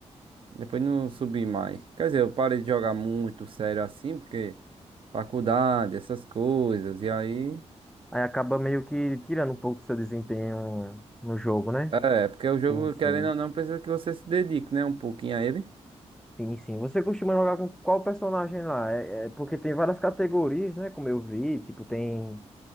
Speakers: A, on the right; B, in the centre.
A: depois não subi mais. Quer dizer, eu parei de jogar muito sério assim, porque faculdade, essas coisas. E aí.
B: Aí acaba meio que tirando um pouco do seu desempenho no jogo, né?
A: É, porque o jogo,
B: Sim, sim.
A: querendo ou não, precisa que você se dedique, né? Um pouquinho a ele.
B: Sim, sim. Você costuma jogar com qual personagem lá? É, é porque tem várias categorias, né? Como eu vi, tipo, tem.